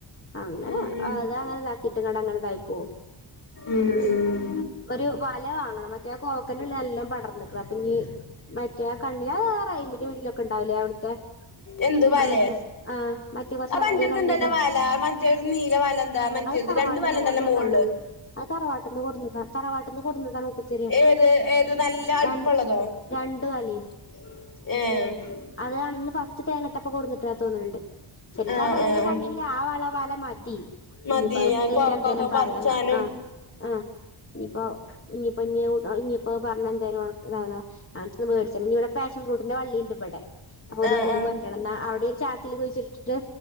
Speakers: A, on the left; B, on the left.
A: അങ്ങനെ
B: ഉം ഉം
A: അത് അങ്ങനതാക്കിട്ട്ക്കാണ്ട് അങ്ങനതായിപ്പോവും
B: ഉം ഉം
A: ഒരു വല വാങ്ങണം മറ്റേ കോവക്കന്റെല നല്ലം പടർന്ന്ക്ക്ണ് അപ്പഞ്ഞി മറ്റേ കണ്ണി അത് ആഹ് റയീമിന്റെ വ് വീട്ടിലൊക്കെണ്ടാവില്ലേ അവ്ട്ത്തെ
B: എന്ത് വലേ
A: അങ്ങനത്തെ മറ്റേ കുറച്ച്
B: അപ്പന്റട്ത്ണ്ടല്ലോ
A: വലിയ കണ്ണില്ലേ
B: വല മറ്റേ നീല വലന്താ മറ്റ്‌
A: അത്
B: റ്റേത്
A: തറവാട്ട്ന്ന്
B: രണ്ട് വലണ്ടല്ലോ
A: കൊടുന്നതാണ്
B: മോൾല്
A: അത് തറവാട്ട്ന്ന് കൊട്ന്നതാ തറവാട്ട്ന്ന് കൊട്ന്നതാണ് മൂപ്പത്യര്
B: ഏത് ഏത് നല്ല അടുപ്പുള്ളതോ
A: രൻ രണ്ട് വലിം
B: ഏഹ്
A: അത് അന്ന് ഫസ്റ്റ് തേങ്ങട്ടപ്പൊ കൊട്ന്ന്ട്ടതാ തോന്ന്ണ് ണ്ട് ശര്ക്കാ
B: ആഹ്
A: വല്യ
B: ആഹ് ആഹ്
A: കണ്ണില്ല ആ വള വല മതി
B: മതി
A: ഞ്ഞ്പ്പാട്ത്തഴിഞ്ഞ
B: കോവക്കൊക്കെ
A: ന്തേലും പറയോന്ന
B: പറിച്ചാനും
A: ആഹ് ആഹ് ഞ്ഞ്പ്പോ ഇഞ്ഞ്പ്പോ ഇഞ്ഞ് ഇഞ്ഞിപ്പോ പർഞ്ഞ് എന്തേലും <unintelligible> ഇതാന്ന <unintelligible> വേടിച്ചതാണ് ഇനിയിവിടെ പാഷൻ ഫ്രൂട്ട് ന്റെ വള്ളിണ്ടിവിടെ അപ്പൊ ഒരു
B: ആഹ്
A: വള്ളി കൊണ്ടണന്ന അവിടെയൊരു ചാക്കില് കുഴിച്ചിട്ടിട്ട്